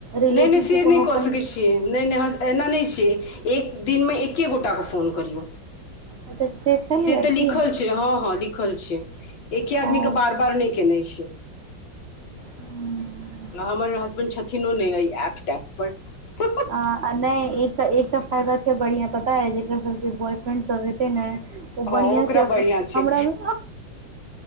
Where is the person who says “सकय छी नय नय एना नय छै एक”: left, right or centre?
Left